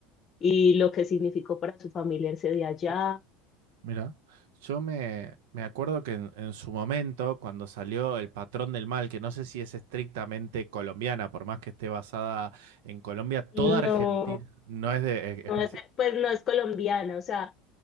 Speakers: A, on the left (about 25°); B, on the right (about 80°).
A: y lo que significó para su familia irse de allá.
B: Mira, yo me, me acuerdo que en, en su momento, cuando salió El Patrón del Mal, que no sé si es estrictamente colombiana, por más que esté basada en Colombia,
A: No,
B: toda Argentina no es de... eh,
A: no
B: especi-
A: es- pues no es colombiana, o sea,